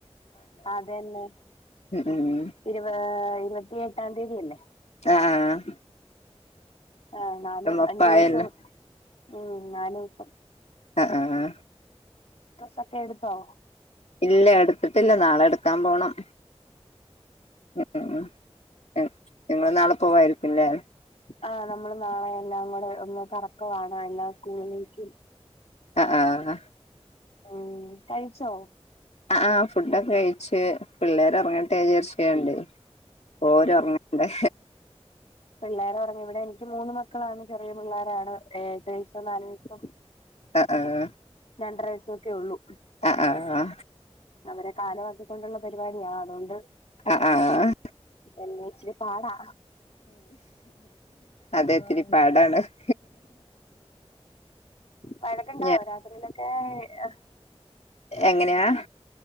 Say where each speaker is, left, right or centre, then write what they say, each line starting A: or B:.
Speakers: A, on the left; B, on the left.
A: അതെന്നെ
B: ഉം
A: ഇര്പാ ഇര്പത്തി എട്ടാം തീയതിയല്ലേ
B: ആഹ്
A: ആഹ് നാല്
B: ഒപ്പായല്ലോ
A: അഞ്ചുവ്സം ഉം നാലൂസം
B: അഹ് ആഹ്
A: ഡ്രസ്സൊക്കെ എടുത്തോ
B: ഇല്ല എടുത്തിട്ടില്ല നാളെ എടുക്കാം പോണം ഉം ഉം ഉം ഇങ്ങൾ നാളെ പോവായിരിക്കുംല്ലേ
A: ആഹ് നമ്മള് നാളെ എല്ലാം കൂടെ ഒന്ന് കറക്കവാണ് എല്ലാ സ്കൂളിലേക്കും
B: അആഹ്
A: ഉം കഴിച്ചോ
B: അ ആഹ് ഫുഡ്ടൊക്കെ കഴിച്ച്, പിള്ളേരൊർങ്ങട്ടെ ജാര്ച്ച്കാൻണ്ട് ഓരൊർങ്ങണ്ടെ
A: പിള്ളേരൊറങ്ങി വിടെ എനിക്ക് മൂന്ന് മക്കളാണ്, ചെറിയ പിള്ളേരാണ് എട്ടു വയസും നാല് വയസും
B: അആഹ്
A: രണ്ടര വയസൊക്കെ ഒള്ളൂ
B: അ ആഹ്
A: അവരെ കാലമാക്കിക്കൊണ്ടുള്ള പരിപാടിയാ അതുകൊണ്ട്
B: അ ആഹ്
A: എല്ലാം ഇച്ചിരി പാടാ
B: അതെ
A: ഉം
B: ഇത്തിരി പാടാണ് <inaudible>
A: വഴക്കുണ്ടാവോ
B: ഞാൻ
A: രാത്രിയിലൊക്കെ അസ്
B: എങ്ങനെയാ